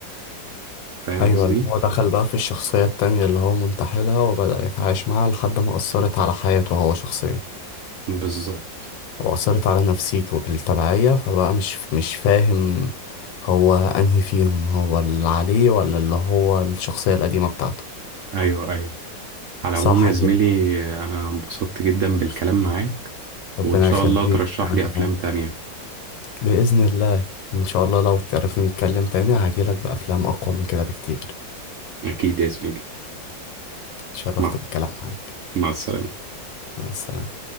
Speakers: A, on the right; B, on the left.
A: فاهم
B: أيوة
A: قصدي؟
B: اللي هو دخل بقى في الشخصية التانية اللي هو منتحلها وبدأ يتعايش معاها لحد ما أثرت على حياته هو شخصيا
A: بالظبط
B: وأثرت على نفسيته بالتبعية فبقى مش مش فاهم هو أنهي فيهم هو اللي عليه ولا اللي هو الشخصية القديمة بتاعته
A: أيوه أيوه على العموم
B: صح
A: يا زميلي
B: كده
A: أنا انبسطت جدا بالكلام معاك
B: ربنا
A: وإن شاء
B: يخليك
A: الله ترشح
B: أنا
A: لي
B: كمان
A: أفلام تانية
B: بإذن الله إن شاء الله لو تعرفنا نتكلم تاني هجيلك بأفلام أقوى من كده بكتير
A: أكيد يا زميلي
B: اتشرفت
A: مع
B: بالكلام معاك
A: مع السلامة
B: مع السلامة